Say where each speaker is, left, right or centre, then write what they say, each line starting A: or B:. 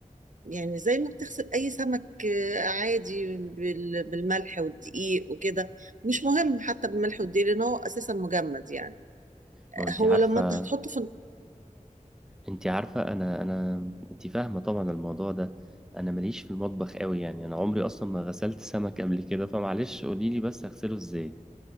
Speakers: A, on the right (about 65°); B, in the centre.
A: يعني زي ما بتغسل اي سمك آه، عادي بال- بالملح والدقيق وكده مش مهم حتى بالملح والدقيق لان هو اساسا مجمد يعني
B: ما انت
A: هو
B: عارفه
A: لما انت هتحطه في ال-
B: انت عارفه انا انا انت فاهمه طبعا الموضوع ده انا ماليش في المطبخ قوي يعني انا عمري اصلا ما غسلت سمك قبل كده فمعلش قولي لي بس اغسله ازاي